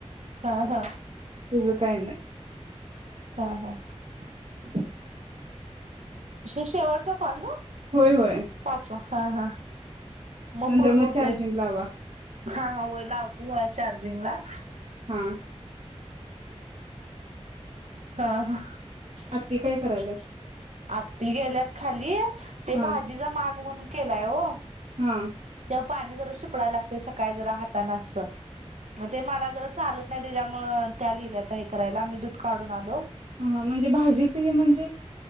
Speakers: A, on the right; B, on the right.
A: हा हा
B: तिझ काही नाही.
A: हा हा
B: <unintelligible>
A: ह्या शेवटचा काॅल नव्ह,
B: होय होय
A: पाचवा हा हा मग
B: नंतर
A: पूर्ण होतोय.
B: चार्जिंग लावा
A: हा हा वय लावतो जरा चारजिंगला
B: हा
A: हा ह
B: आत्ती काय करायल्यात.
A: आत्ती गेल्यात खाली, ते
B: हा
A: भाजीचा मा ग म्हणून केलाय हो.
B: हा
A: पाणी जर शिपडायला लागतय. सकाळी जरा हाताान असं मग ते मला जरा चालत नाही त्याच्यामुळं, त्या गेल्यात हे करायला मी दूध काढून आलो.
B: ह म्हणजे भाजीच हे म्हणजे,